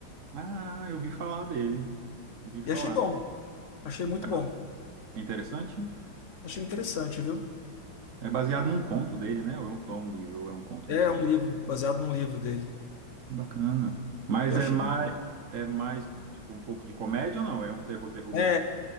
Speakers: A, on the right (about 55°); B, on the left (about 50°).
A: Ah, eu ouvi falar dele. Ouvi falar.
B: E achei bom. Achei muito
A: É ba-
B: bom.
A: é interessante?
B: Achei interessante, viu?
A: É baseado num conto dele, né? Ou é um ou é um livro, ou é um conto,
B: É
A: não sei.
B: um livro, baseado num livro dele.
A: Que bacana. Mas
B: Eu
A: é
B: achei.
A: mais, é mais, tipo, um pouco de comédia ou não? É um terror, terror
B: É,
A: mesmo.